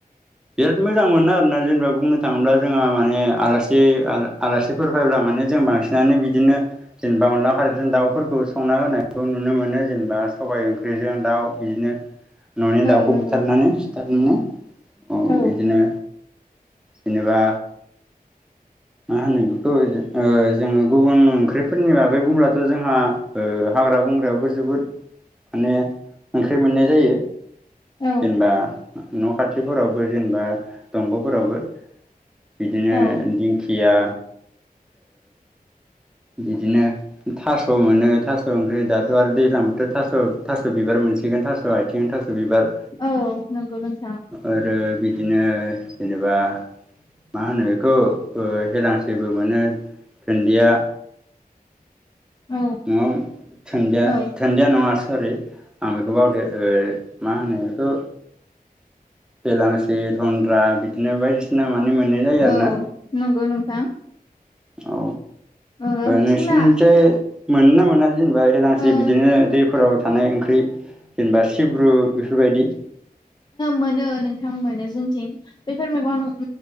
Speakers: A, in the centre; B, on the left (about 30°).
A: बिराद मोजां मोनो आरोोना जेनेबा बुंनो थाङोब्ला जोंहा माने आला आलासिफोर फैब्ला े जों बांसिनानो बिदिनो जेनेबा अनदला खारजों दाउफोरखौ संना होनायखौ नुनो मोन जेनेबा सबाय ओंख्रिजों दाउ बिदिनो न'नि
B: औ
A: दाउखौ
B: नंगौ
A: बुथारनानै
B: नोंथां
A: सिथारनानै
B: औ
A: बिदिनो जेनेबा मा होनो बेखौ जोङो गुबुन ओंख्रिफोरनि बागै बुंब्लाथ' जोंहा हाग्रा बंग्रायाबो जोबोद माने ओंख्रि मोननाय जायो
B: औ
A: जेनेबा न' खाथिफोरावबो जेनेबा दंग'फोरावबो बिदिनो
B: औ
A: दिंखिया बिदिनो थास' मोनो थास' ओंख्रि दाथ' आरो दैज्लां बोथ' थास' थास' बिबार मोनो मोनसिगोन थासह आथिं थासह बिबार
B: औ नंगौ नोंथां
A: आरो बिदिनो जेनेबा मा होनो बेखौ हेलांसेबो मोनो दुन्दिया
B: औ
A: नङादि
B: औ
A: थन्दिया नङा सरि आं बेखौ बावदो मा होनो बेखौ बेेलांसि दन्द्रा बिदिनो बायदिसिना मान मोननाय जायो आरो
B: औ
A: ना
B: नंगौ नोंथां
A: औ
B: ओ
A: नोंसिोरनिफ्राय
B: जोंना
A: मोन ना मोना जेनेबा हेलांस्रि
B: ओ
A: बिदिनो दैफोराव थानाय ओंख्रि जेनेबा सिब्रु बेफोरबायदि
B: मोनो नोंथां मोनो जोंथिं बेफोर मग